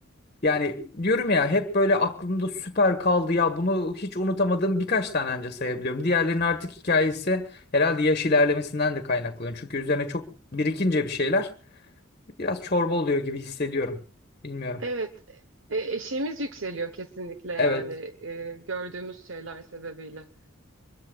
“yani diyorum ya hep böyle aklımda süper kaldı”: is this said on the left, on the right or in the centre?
Left